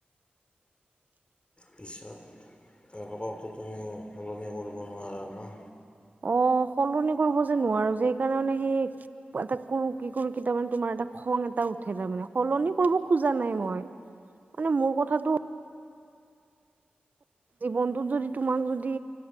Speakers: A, on the left; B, on the right.
A: পিছত, তেওঁককটো তুমি সলনি কৰিব নোৱাৰা ন'।
B: অ', সলনি কৰিব যে নোৱাৰো যে সেইকাৰণে মানে সেই এটা কিবা এটা কৰোঁ, কি কৰোঁ তাৰমানে তোমাৰ এটা খং এটা উঠে তাৰ মানে, সলনি কৰিব খোজা নাই মই, মানে মোৰ কথাটো জীৱনটোত যদি তোমাক যদি